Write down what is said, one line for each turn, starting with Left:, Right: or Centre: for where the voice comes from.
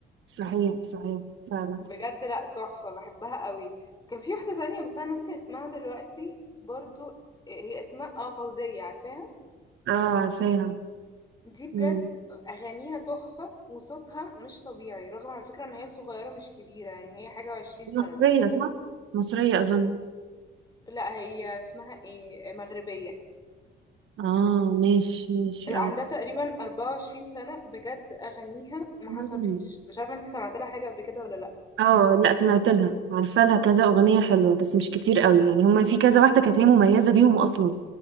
Right: صحيح صحيح فعلا
Left: بجد لأ تحفة بحبها قوي كان في واحدة تانية بس أنا ناسية اسمها دلوقتي برضو هي اسمها اه فوزية عارفاها
Right: اه عارفاها
Left: دي بجد
Right: مم.
Left: أغانيها تحفة وصوتها مش طبيعي رغم على فكرة إن هي صغيرة مش كبيرة يعني هي حاجة وعشرين سنة
Right: مصرية صح؟ مصرية أظن
Left: لأ هي اسمها ايه مغربية
Right: اه ماشي ماشي
Left: عندها تقريبا 24 سنة بجد أغانيها ما
Right: اه
Left: حصلتش مش عارفة انتي سمعت لها حاجة قبل كده ولا لأ
Right: اه لا سمعت لها عارفه لها كذا اغنيه حلوه بس مش كتير قوي يعني هما في كذا واحده كانت هي مميزه بيهم اصلا